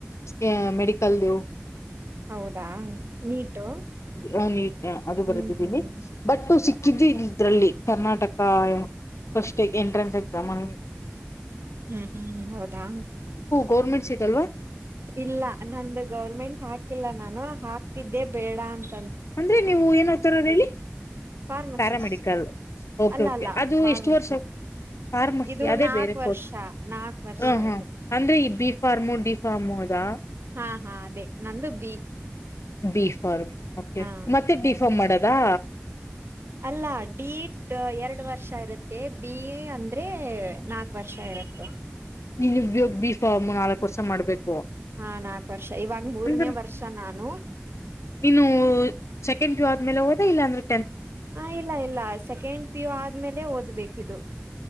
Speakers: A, on the left (about 85°); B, on the right (about 60°).
A: ಸ್ಟೆ ಮೆಡಿಕಲ್ ದೂ.
B: ಹೌದಾ ನೀಟು.
A: ಹ ನೀಟ್. ಅದು
B: ಹ್ಮ್
A: ಬರೆದಿದ್ದೀನಿ
B: ಹ್ಮ್
A: ಬಟ್ ಸಿಕ್. ಕಿದ್ದ ಇದ್ರಲ್ಲಿ ಕರ್ನಾಟಕ ಫಸ್ಟ್ ಎಂಟ್ರೆನ್ಸ್ ಎಕ್ಸಾಮ್ ಅ.
B: ಹ್ಮ್ ಹ್ಮ್ ಹೌದಾ.
A: ಗೌರ್ಮೆಂಟ್ ಸೀಟ್ ಅಲ್ವಾ.
B: ಇಲ್ಲ ನಂದು ಗೌರ್ಮೆಂಟ್ ಹಾಕಿಲ್ಲ ನಾನು ಹಾಕ್ತಿದ್ದೆ ಬೇಡ ಅಂತ್.
A: ಅಂದ್ರೆ ನೀವು ಎನ್ ಒತ್ತಾ ಇರೋದು ಹೇಳಿ
B: ಫಾರ್ಮಸಿಸ್
A: ಪ್ಯಾರಾಮೆಡಿಕಲ್ ಓಕೆ
B: ಅಲ್ಲ
A: ಓಕೆ
B: ಅಲ್ಲ
A: ಅದು
B: ಫಾರ್ಮಸಿ
A: ಎಷ್ಟು ವರ್ಷ ಫಾರ್ಮಸಿ
B: ಇದು
A: ಅದೇ
B: ನಾಕ್
A: ಬೇರೆ ಕೋರ್ಸ್
B: ವರ್ಷ ನಾಕ್ ವರ್ಷ
A: ಹ ಹಾ
B: ಇದು
A: ಅಂದ್ರೆ ಈ ಬೀಫ. ಫಾರ್ಮು ಡಿಫಾರ್ಮೋ ಅದಾ.
B: ಹಾ ಹಾ ಅದೇ ನಂದು ಬಿ.
A: ಬಿಫರ್ಮ್. ಓಕೆ
B: ಹಾ
A: ಮತ್ತೆ ಡಿಫಾರ್ಮ್ ಮಾಡದು. ರಾ.
B: ಅಲ್ಲ ಡೀಟ್ ಎರಡು ವರ್ಷ ಇರುತ್ತೆ ಬಿಎ ಅಂದ್ರೆ ನಾಕ್ ವರ್ಷ ಇರುತ್ತೆ
A: ನೀನ್ ಇವಾಗ್ ಭಿ ಬೀಫಾಮ್ ನಾಲಕ್ ವರ್ಷ ಮಾಡ್ಬೇಕು.
B: ಹಾ ನಾಕ್ ವರ್ಷ ಇವಾಗ ಮೂರನೇ
A: ಅಂದ್ರೆ
B: ವರ್ಷ ನಾನು.
A: ನೀನು ಸೆಕೆಂಡ್ ಪಿಯು ಆದ್ಮೇಲೆ ಇಲ್ಲ ಅಂದ್ರ.
B: ಹ ಇಲ್ಲ ಇಲ್ಲ ಸೆಕೆಂಡ್ ಪಿ ಯು ಆದ್ಮೇಲೆ ಓದ್ಬೇಕ ಇದು.